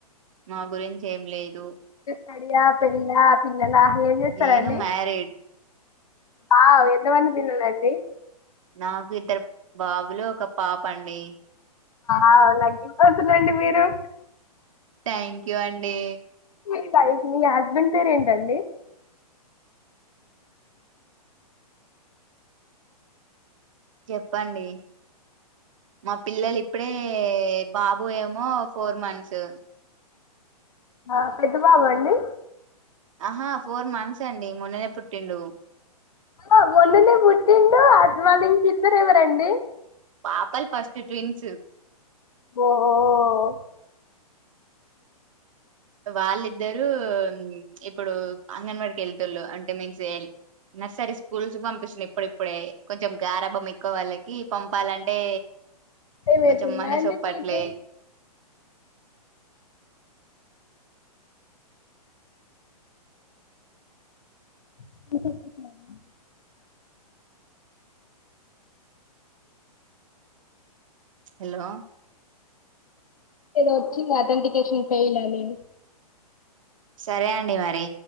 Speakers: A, on the right; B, on the left.
A: మా గురించి ఏం లే టు
B: తడియ పెళ్ళ <unintelligible> కన్నా ఏం చేస్తారండి
A: నేను మ్యారీడ్
B: ఆ ఎంత మంది తిన్నారండి
A: నాకు ఇద్దరు బాబులు ఒక పాప అండి
B: ఆ మగ్గిపోతున్నారండి మీరు
A: థ్యాంక్ యూ అండి
B: మీ వైఫ్ మీ హస్బెండ్ పేరు ఏంటండి
A: చెప్పండి మా పిల్లలు ఇప్పుడే బాబుయేమో ఫోర్ మంత్స్.
B: ఆ పెద్ద బాబండి
A: ఆహా ఫోర్ మంత్స్ అండి మొన్ననే పుట్టిండు.
B: అలా మొన్ననే పుట్టిండు అడివాళ్ళ ఇంకిిద్దర ఎవరండి.
A: పాపల్ ఫస్ట్ ట్విన్స్
B: ఓహో
A: వాళ్ళిద్దరు ఇప్పుడు అంగన్వాడికి వెళ్తుళ్ళు అంటే మీన్స్ నర్సరీ స్కూల్స్ పంపిస్తున్నా. ఇప్పుడుప్పుడే కొంచెం గారంభం ఎక్కువ వాళ్ళకి పంపాలంటే.
B: ఏమైతుందా
A: కొంచం మన
B: అండి
A: సొప్పాట్లే
B: మీకు <unintelligible>
A: హలో
B: ఏదో వచ్చింది అథెంటికేషన్ ఫెయిల్ అని.
A: సరే అండి మరి